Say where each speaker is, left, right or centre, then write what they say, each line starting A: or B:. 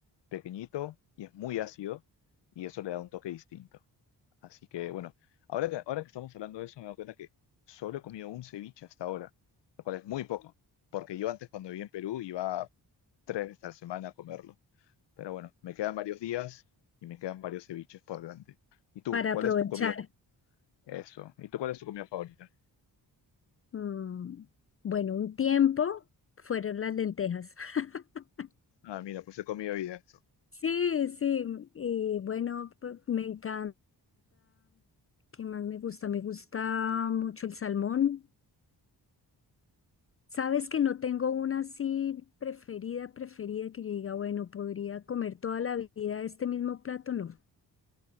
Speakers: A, on the left (about 85°); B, on the left (about 35°).
A: pequeñito y es muy ácido y eso le da un toque distinto. Así que bueno, ahora que, ahora que estamos hablando de eso, me doy cuenta que solo he comido un ceviche hasta ahora, lo cual es muy poco, porque yo antes cuando vivía en Perú iba tres veces a la semana a comerlo. Pero bueno, me quedan varios días y me quedan varios ceviches por delante. ¿Y tú?
B: para
A: ¿Cuál
B: aprovechar.
A: es tu comida? Eso. ¿Y tú cuál es tu comida favorita?
B: Mm, bueno, un tiempo fueron las lentejas. <laughs>
A: Ah, mira, pues he comido hoy día eso.
B: Sí, sí, y bueno, pues, me encanta, ¿qué más me gusta? Me gusta mucho el salmón. Sabes que no tengo una así preferida, preferida que yo diga, bueno, podría comer toda la vida este mismo plato, no.